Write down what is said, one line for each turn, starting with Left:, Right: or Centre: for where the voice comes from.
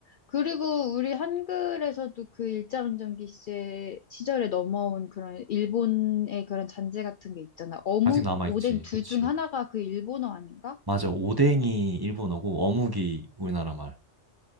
Left: 그리고 우리 한글에서도 그 일제강점기 시제 시절에 넘어온 그런 일본의 그런 잔재 같은 게 있잖아. 어묵,
Right: 아직 남아있지.
Left: 오뎅 둘
Right: 그치.
Left: 중 하나가 그 일본어 아닌가?
Right: 맞아. 오뎅이 일본어고 어묵이 우리나라 말.